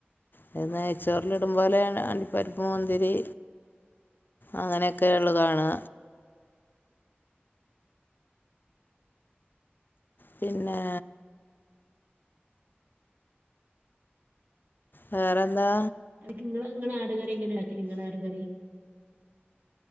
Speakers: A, on the left (about 55°); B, on the right (about 55°).
A: പിന്നെ നെയ്ച്ചോറിൽ ഇടും പോലെ അണ്ടിപ്പരിപ്പ് മുന്തിരി അങ്ങനെയൊക്കെയ ഉള്ളതാണ് പിന്നെ വേറെന്താ
B: നിങ്ങൾ നിങ്ങള് ആട് കറി എങ്ങനെ ഉണ്ടാക്കൽ നിങ്ങള് ആട് കറി.